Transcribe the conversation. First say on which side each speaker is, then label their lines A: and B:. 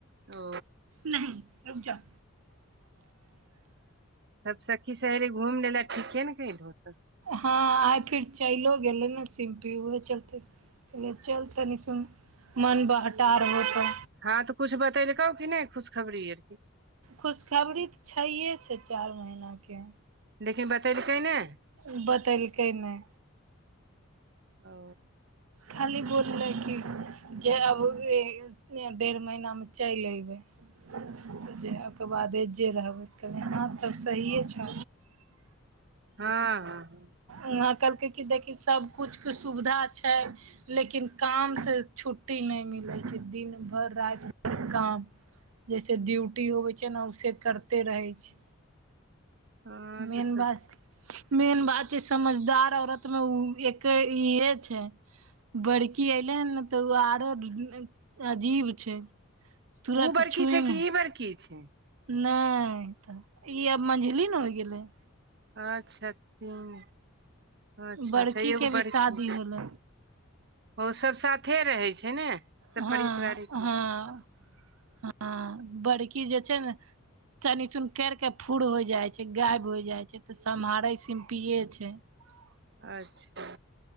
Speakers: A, on the right; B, on the right.
A: ओ
B: नहि रुक जा,
A: तब सखी-सहेली घुम लैले ठीके ने कयलहु त
B: हँ आए फिर चैगलो गेलै ने सिम्पी उह चलते कहलियै चल तनि सुन, मन बहटा रहो त।
A: हँं तऽ कुछ बतैलकौ कि नहि खुशखबरीये
B: खुशखबरी त छैहे छै चारि महिना के
A: लेकिन बतैलकै नहि
B: ऊं बतेलकैय नहि।
A: ओ
B: खाली बोललै कि जे आबु बेर डेढ़ महीना मे चलि अयबै। जेया ओ के बादे जे रहबै, कनि आंचर सहिए। अच्छा।
A: हँ हँ
B: उहाँ कहलकै की देखी सबकुछ के सुविधा छय। लेकिन काम से छुट्टी नहि मिलै छै, दिन भर राति काम जैसे ड्यूटी होबै छै न‍, ओहिसे करते रहै छै।
A: हँ
B: मेन
A: तऽ सब
B: बस मेन बात जे समझदार औरत मे ऊ एके इहे छै। बड़की ऐलै हन न त ओ आरो अजीब छै। तुरत
A: उ बड़की
B: छुइमे
A: छै, तू कि ई बड़की छै।
B: नहि तऽ ई आब मझली न होइ गेलै।
A: अच्छा। हुं, अच्छा
B: बड़की
A: अच्छा, एगो
B: के भी
A: बड़की।
B: शादी होलै
A: ओ सब साथे रहैय छै ने। सब
B: हँ-
A: पारिवारिक
B: हँ -हँ बड़की जे छै ने तनी चुमकैर के फुर्र हो जाय छै गायब हो जाय छै तऽ सम्हारे छै, पियै छै। ह <inaudible>
A: अच्छा।